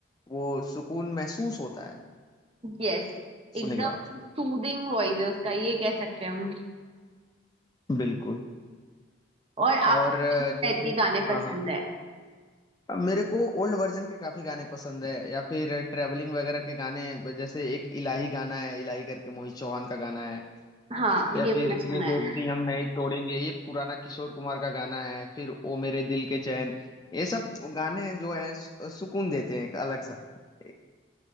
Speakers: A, on the left (about 20°); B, on the right (about 30°).
A: वो सुकून महसूस होता है
B: यस एकदम
A: सुनने के बाद
B: सूदिंग वॉइस है उसका ये कह सकते हैं हम
A: बिल्कुल
B: और
A: और
B: आपको
A: अ,
B: किस टाइप
A: जैसे
B: के गाने पसंद
A: हाँ हाँ
B: है
A: अब मेरे को ओल्ड वर्जन के काफी गाने पसंद है या फिर ट्रैवलिंग वगैरह के गाने जैसे एक इलाही गाना है इलाही करके मोहित चौहान का गाना है
B: हाँ ये
A: या फिर
B: मैंने सुना
A: ये दोस्ती
B: है
A: हम नहीं तोड़ेंगे ये पुराना किशोर कुमार का गाना है फिर ओ मेरे दिल के चैन ये सब गाने जो हैं सु- सुकून देते हैं एक अलग सा एक-